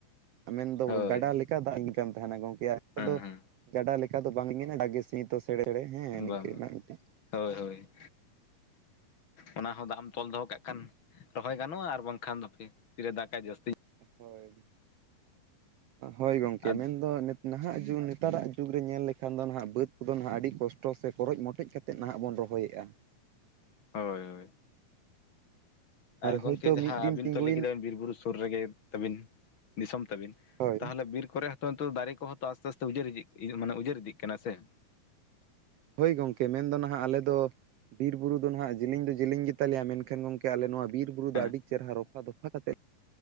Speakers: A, on the right (about 85°); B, on the left (about 45°).
A: ᱢᱮᱱᱫᱚ
B: ᱦᱳᱭ
A: ᱜᱟᱰᱟ ᱞᱮᱠᱟ ᱫᱟᱜ ᱞᱤᱜᱤ ᱠᱟᱱ ᱛᱟᱦᱮᱱᱟ ᱜᱚᱝᱠᱮ
B: ᱦᱮᱸ
A: ᱟᱫᱚ
B: ᱦᱮᱸ
A: ᱜᱟᱰᱟ ᱞᱮᱠᱟ ᱪᱮᱠᱟ ᱫᱚ ᱵᱟᱝᱤᱧ ᱡᱟᱜᱮ ᱥᱤᱫᱚ ᱥᱮᱬᱮᱥᱮᱲᱮ ᱦᱮᱸ ᱱᱤᱝᱠᱟᱹᱱᱟᱜ
B: ᱵᱟᱝ ᱵᱟᱝ
A: ᱢᱤᱫᱴᱮᱱ
B: ᱦᱳᱭ ᱦᱳᱭ ᱚᱱᱟ ᱦᱚᱸ ᱫᱟᱜ ᱮᱢ ᱛᱚᱞ ᱫᱚᱦᱚ ᱠᱟᱜ ᱠᱷᱟᱱ ᱨᱚᱦᱚᱭ ᱜᱟᱱᱚᱜ-ᱟ ᱟᱨ ᱵᱟᱝᱠᱷᱟᱱ ᱫᱚᱯᱮ ᱛᱤᱨᱮ ᱫᱟᱠᱟᱭ ᱡᱟᱹᱥᱛᱤ
A: ᱦᱳᱭ ᱦᱳᱭ ᱜᱚᱢᱠᱮ
B: ᱟᱨ
A: ᱢᱮᱱᱫᱚ ᱱᱟᱦᱟᱜ ᱡᱩᱜᱽ ᱱᱮᱛᱟᱨᱟᱜ ᱡᱩᱜᱽ ᱨᱮ ᱧᱮᱞ ᱞᱮᱠᱷᱟᱱ ᱫᱚ ᱱᱟᱦᱟᱜ ᱵᱟᱹᱫᱽ ᱠᱚᱫᱚ ᱱᱟᱦᱟᱜ ᱟᱹᱰᱤ ᱠᱚᱥᱴᱚ ᱥᱮ ᱠᱚᱨᱚᱡ ᱢᱚᱴᱮᱡ ᱠᱟᱛᱮ ᱛᱮᱫ ᱱᱟᱦᱟᱜ ᱵᱚᱱ ᱨᱚᱦᱚᱭᱮᱫ-ᱟ
B: ᱦᱳᱭ ᱦᱳᱭ ᱟᱨ ᱜᱚᱢᱠᱮ
A: ᱦᱳᱭᱛᱳ ᱢᱤᱫ
B: ᱡᱟᱦᱟᱸ
A: ᱫᱤᱱ
B: ᱟᱹᱵᱤᱱ
A: ᱛᱤᱸᱜᱩᱭᱮᱱ
B: ᱛᱚ ᱞᱟᱹᱭ ᱠᱮᱫᱟᱵᱤᱱ ᱵᱤᱨ ᱵᱩᱨᱩ ᱥᱩᱨ ᱨᱮᱜᱮ ᱛᱟᱵᱤᱱ ᱫᱤᱥᱚᱢ ᱛᱟᱵᱤᱱ
A: ᱦᱳᱭ
B: ᱛᱟᱦᱚᱞᱮ ᱵᱤᱨ ᱠᱚᱨᱮ ᱛᱚ ᱚᱱᱛᱮ ᱫᱟᱨᱮ ᱠᱚ ᱦᱚᱸᱛᱚ ᱟᱥᱛᱮ ᱟᱥᱛᱮ ᱩᱡᱟᱹᱨ ᱤᱫᱤᱜ ᱢᱟᱱᱮ ᱩᱡᱟᱹᱨ ᱤᱫᱤᱜ ᱥᱮ
A: ᱦᱳᱭ ᱜᱚᱝᱠᱮ ᱢᱮᱱᱫᱚ ᱱᱟᱦᱟᱜ ᱟᱞᱮ ᱫᱚ ᱵᱤᱨ ᱵᱩᱨᱩ ᱫᱚ ᱱᱟᱦᱟᱜ ᱡᱮᱞᱮᱧ ᱫᱚ ᱡᱮᱞᱮᱧ ᱜᱮᱛᱟᱞᱮᱭᱟ ᱢᱮᱱᱠᱷᱟᱱ ᱜᱚᱢᱠᱮ ᱟᱞᱮ ᱱᱚᱣᱟ ᱵᱤᱨ ᱵᱩᱨᱩ ᱫᱚ
B: ᱦᱚᱸ
A: ᱟᱹᱰᱤ ᱪᱮᱦᱨᱟ ᱨᱚᱯᱷᱟ ᱫᱚᱯᱷᱟ ᱠᱟᱛᱮ